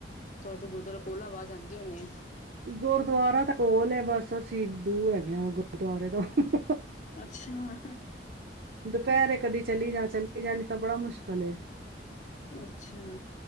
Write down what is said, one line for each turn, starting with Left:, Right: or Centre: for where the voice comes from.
Left: ਤੁਹਾਡੇ ਗੁਰਦੁਆਰਾ ਕੋਲ ਆ ਆਵਾਜ ਆਂਦੀ ਹੁਣੀ ਆ।
Right: ਗੁਰਦੁਆਰਾ ਤਾਂ ਕੋਲ ਹੈ। ਬਸ ਅਸੀਂ ਦੂਰ ਐਗੇ ਆ ਗੁਰਦੁਆਰੇ ਤੋਂ। ਹਾਹਾ
Left: ਅੱਛਾ।
Right: ਦੁਪਹਿਰੇ ਕਦੀ ਚਲੀ ਜਾ ਚਲੀ ਜਾ ਨਈ ਤਾਂ ਬੜਾ ਮੁਸ਼ਕਲ ਏ।
Left: ਅੱਛਾ